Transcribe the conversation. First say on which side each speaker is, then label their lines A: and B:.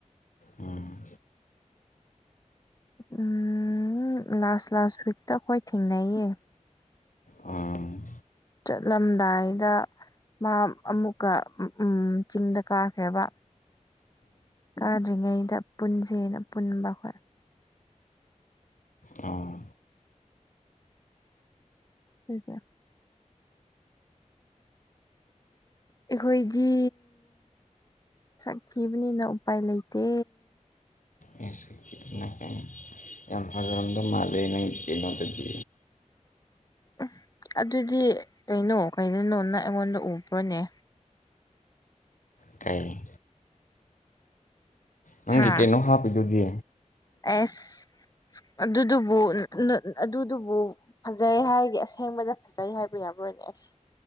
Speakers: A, on the left; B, on the left.
A: ꯎꯝ
B: ꯎꯝ ꯂꯥꯁ ꯂꯥꯁ ꯋꯤꯛꯇ ꯑꯩꯈꯣꯏ ꯊꯦꯡꯅꯩꯌꯦ
A: ꯑꯝ
B: ꯆꯠꯂꯝꯗꯥꯏꯗ ꯃꯥ ꯑꯃꯨꯛꯀ ꯆꯤꯡꯗ ꯀꯥꯈ꯭ꯔꯦꯕ ꯀꯥꯗ꯭ꯔꯤꯉꯩꯗ ꯄꯨꯟꯁꯦꯅ ꯄꯨꯟꯕ ꯍ
A: ꯑꯥ
B: ꯊꯦ ꯑꯩꯈꯣꯏꯗꯤ ꯁꯛꯈꯤꯕꯅꯤꯅ ꯎꯄꯥꯏ ꯂꯩꯇꯦ
A: ꯑꯩ ꯁꯅ ꯀ ꯌꯥꯝ ꯐꯖꯔꯝꯗꯧ ꯃꯥꯜꯂꯦ ꯅꯪꯒꯤ ꯀꯩꯅꯣꯗꯗꯤ
B: ꯎꯝ ꯑꯗꯨꯗꯤ ꯀꯩꯅꯣ ꯀꯅꯣ ꯅꯪ ꯑꯩꯉꯣꯟꯗ ꯎꯕ꯭ꯔꯣꯅꯦ
A: ꯀꯩ ꯅꯪꯒꯤ
B: ꯍꯥ
A: ꯀꯩꯅꯣ ꯍꯥꯞꯄꯤꯗꯨꯗꯤ
B: ꯑꯦꯁ ꯑꯗꯨꯗꯨꯕꯨ ꯑꯗꯨꯗꯨꯕꯨ ꯐꯖꯩ ꯍꯥꯏꯔꯒ ꯑꯁꯦꯡꯕꯗ ꯐꯖꯩ ꯍꯥꯏꯕ ꯌꯥꯔꯔꯣꯏꯅꯦ ꯑꯁ